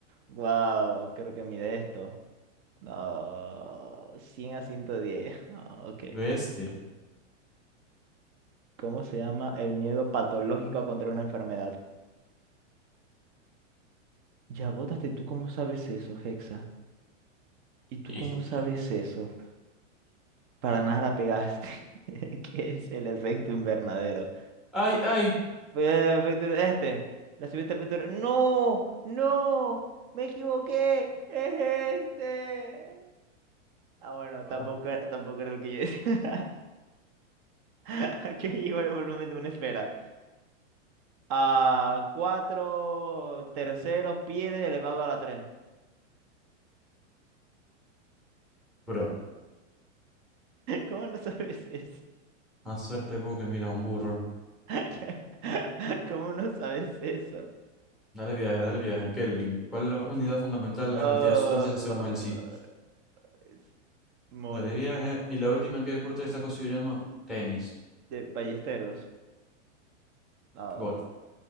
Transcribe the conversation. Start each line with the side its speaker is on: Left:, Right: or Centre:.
Right: Wow, creo que mide esto. No, 100 a 110. Ah, ok.
Centre: Bestia.
Right: ¿Cómo se llama? El miedo patológico a contraer una enfermedad. Ya votaste, ¿tú cómo sabes eso, Hexa? ¿Y tú
Centre: <laughs>
Right: cómo sabes eso? Para nada la pegaste. <laughs> ¿Qué es el efecto invernadero?
Centre: Ay, ay.
Right: Eh, Efecto este. La subida de ¡No! ¡No! ¡Me equivoqué! ¡Es este! Ah, bueno, tampoco,
Centre: Ah,
Right: era- tampoco era el que yo decía. <laughs> Que igual el volumen de una esfera. A 4 terceros pies elevado a la 3.
Centre: bro,
Right: ¿Cómo no sabes eso?
Centre: más suerte porque mira, un burro.
Right: <laughs> ¿Cómo no sabes eso?
Centre: Dale viaje, dale viaje, Kelvin. ¿Cuál es la unidad fundamental de
Right: Ah,
Centre: la cantidad de sustancias según el sí?
Right: es Mol
Centre: Dale viaje. Y la última, ¿en qué deporte está considerando? Tenis.
Right: de Ballesteros. Ah,
Centre: Golf.